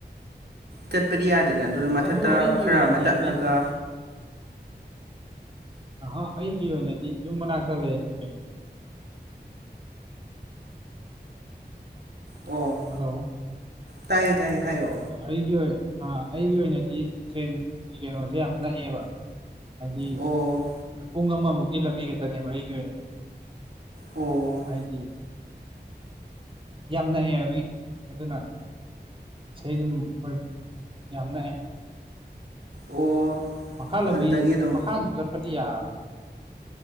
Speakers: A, on the right (about 70°); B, on the right (about 30°).
A: ꯆꯠꯄꯗꯤ ꯌꯥꯗꯦꯗ ꯃꯊꯛꯇ
B: ꯑꯗꯨ ꯑꯩꯒꯤ
A: ꯈꯔ
B: ꯑꯣꯏꯅꯗꯤ
A: ꯑꯃ ꯇꯠꯂꯒ
B: ꯑꯩꯗꯤ ꯑ ꯑꯩꯒꯤ ꯑꯣꯏꯅꯗꯤ ꯌꯨꯝ ꯃꯅꯥꯛꯇ ꯂꯩꯔꯦ
A: ꯑꯣ
B: ꯍꯜꯂꯣ
A: ꯇꯥꯏꯌꯦ ꯇꯥꯏꯌꯦ ꯍꯥꯏꯌꯣ
B: ꯑꯩꯒꯤ ꯑꯣꯏ ꯑꯩꯒꯤ ꯑꯣꯏꯅꯗꯤ ꯇ꯭ꯔꯦꯟ ꯀꯩꯅꯣꯁꯦ ꯌꯥꯝ ꯅꯛꯑꯦꯕ ꯍꯥꯏꯗꯤ
A: ꯑꯣ
B: ꯄꯨꯡ ꯑꯃꯃꯨꯛꯀꯤ ꯂꯝꯕꯤꯈꯛꯇꯅꯦꯕ ꯑꯩꯒꯤ ꯑꯣꯏꯅꯗꯤ
A: ꯑꯣ
B: ꯍꯥꯏꯗꯤ ꯌꯥꯝꯅꯛ‍ꯑꯦ ꯑꯩꯗꯤ ꯑꯗꯨꯅ ꯁꯩ ꯑꯗꯨꯝ ꯑꯩꯈꯣꯏ ꯌꯥꯝ ꯅꯛꯑꯦ
A: ꯑꯣ
B: ꯃꯈꯥ
A: ꯍꯣꯏ
B: ꯂꯝꯕꯤ
A: ꯑꯗꯨꯗꯒꯤ ꯑꯗꯨꯝ
B: ꯃꯈꯥꯁꯨ ꯆꯠꯄꯗꯤ ꯌꯥꯔꯕꯅꯤ